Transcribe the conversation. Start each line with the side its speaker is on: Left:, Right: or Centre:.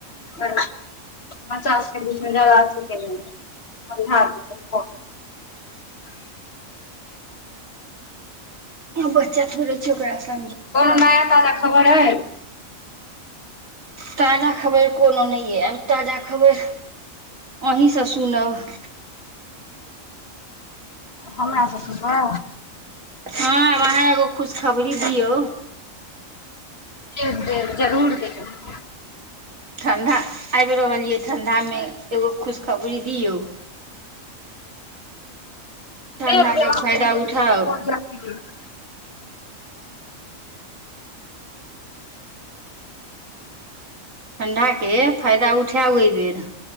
Left: बच्चा सबके बिचमे झगरा <unintelligible>
Right: बच्चा थोड़े छै ओकरा समझ
Left: कोनो नया ताजा खबर है
Right: ताजा खबेर कोनो नहि ये आब ताजा खबेर अहीसँ सुनब
Left: हमरा सँ सुनबै
Right: हँ आब अहाँ एगो खुश खबरी दियौ
Left: देब देब जरूर दे देब
Right: ठंडा आबि रहल ये ठंडा मे एगो खुशखबरी दियौ ठण्ढाके
Left: एक बेर अहाँ
Right: फायदा
Left: टेंशन
Right: उठाउ
Left: <unintelligible>
Right: ठण्डाके फायदा उठायब ओहि बेर